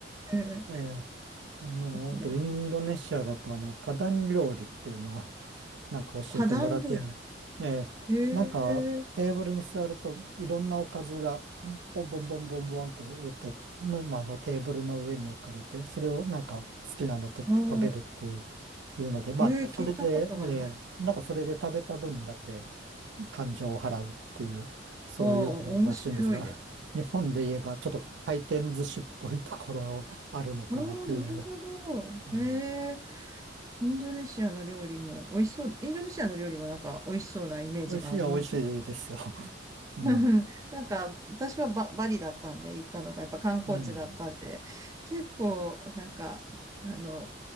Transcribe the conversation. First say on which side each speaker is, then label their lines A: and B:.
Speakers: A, on the right (about 15°); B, on the right (about 75°).
A: うん、
B: ええ、あの、
A: ですね。
B: あとインドネシアだとあの、パダン料理っていうのを <laughs> なんか教えてもらって、
A: 花壇料理。
B: ええ、
A: へえ、
B: なんかテーブルに座るといろんなおかずがボンボンボンボンボンと言って、なまあ、あのテーブルの上に置かれて、それをなんか好きなの取って食べるって
A: うん。
B: いう、ので、まあ、
A: へえ、聞いたことがない。
B: それで、ええ、なんかそれで食べた分だけ感情を払うっていう、<laughs> そういうものらしいんですが、
A: ああ、面白いですね。
B: <laughs> 日本で言えばちょっと回転寿司っぽいところあるのかなという。
A: ああ、なるほど。
B: うん、
A: へえ、インドネシアの料理も美味しそう。インドネシアの料理もなんか美味しそうなイメージがありますよ。
B: 美味しいは美味しいですよ。うん。
A: <laughs> なんか、私はバ、バリだったんで行ったのが、やっぱ観光地だったんで、
B: うん。
A: 結構、なんか、あの、